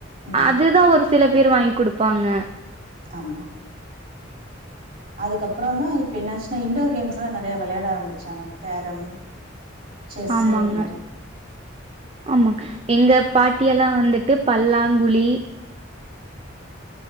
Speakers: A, on the right (about 45°); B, on the right (about 30°).
A: ம்
B: அதுதா ஒரு சில பேர் வாங்கி குடுப்பாங்க
A: ஆமா அதுக்கப்பறோ தா இப்ப என்னச்சின்னா இண்டோர் கேம்ஸ்லா நெறைய விளையாட ஆரம் வெச்சாங்க கேரம் செஸ்
B: ஆமாங்க
A: அந்த மாரி
B: ஆமாங்க எங்க பாட்டியெல்லா வந்துட்டு பல்லாங்குழி